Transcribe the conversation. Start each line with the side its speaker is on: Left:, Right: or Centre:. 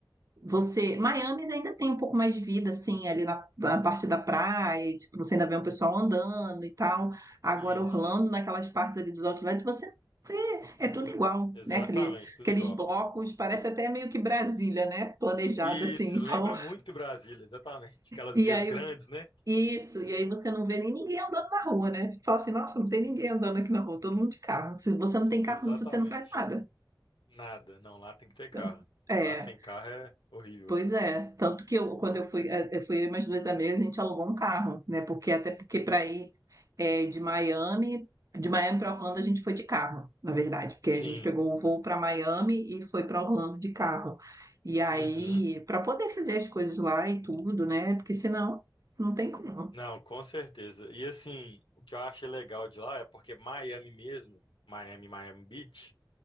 Right: você, Miami ainda tem um pouco mais de vida, assim, ali na, na parte da praia, e, tipo, você ainda vê um pessoal andando e tal. Agora,
Left: Isso,
Right: Orlando, naquelas partes ali dos outlets, você vê, é tudo igual,
Left: exatamente,
Right: né? Aquele,
Left: tudo
Right: aqueles
Left: igual.
Right: blocos, parece até meio que Brasília, né? Planejada,
Left: Isso,
Right: assim, <laughs> então,
Left: lembra muito Brasília, exatamente. Aquelas
Right: e
Left: vias
Right: aí,
Left: grandes, né?
Right: isso, e aí você não vê nem ninguém andando na rua, né? Você fala assim, nossa, não tem ninguém andando aqui na rua, todo mundo de carro. Se você não tem carro,
Left: Exatamente.
Right: você não faz nada.
Left: Nada, não, lá tem que ter
Right: Então,
Left: carro.
Right: é.
Left: Lá sem carro é horrível.
Right: Pois é, tanto que eu, quando eu fui, eh, eu fui eu e meus dois amigos, a gente alugou um carro, né? Porque até porque para ir eh, de Miami, de Miami para Orlando a gente foi de carro, na verdade, porque a
Left: Sim,
Right: gente pegou o voo para Miami e foi para Orlando de carro. E aí,
Left: uhum.
Right: para poder fazer as coisas lá e tudo, né? Porque senão não tem como.
Left: Não, com certeza. E assim, o que eu achei legal de lá é porque Miami mesmo, Miami, Miami Beach,